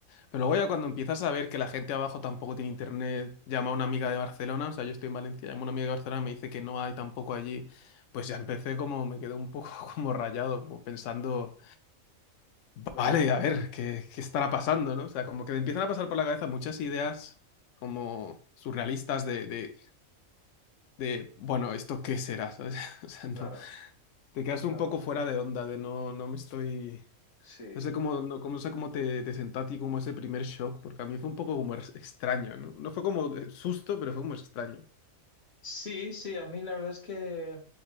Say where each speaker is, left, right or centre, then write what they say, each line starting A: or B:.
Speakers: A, on the left; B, on the left.
A: Pero luego ya cuando empiezas a ver que la gente abajo tampoco tiene internet, llama a una amiga de Barcelona, o sea, yo estoy en Valencia, llama a una amiga de Barcelona y me dice que no hay tampoco allí, pues ya empecé como, me quedé un poco <laughs> como rayado, como pensando,
B: Claro,
A: vale, a ver, ¿qué, qué estará pasando, ¿no? O sea, como que me empiezan a pasar por la cabeza muchas ideas como surrealistas de, de, de, bueno, ¿esto qué será? ¿Sabes? <laughs> O sea,
B: claro,
A: no, te quedas
B: claro.
A: un poco fuera de onda, de no, no me estoy...
B: Sí.
A: No sé cómo, no, cómo- no sé cómo te, te sentaste y cómo ese primer shock, porque a mí fue un poco como ex- extraño, ¿no? No fue como eh, susto, pero fue como extraño.
B: Sí, sí, a mí la verdad es que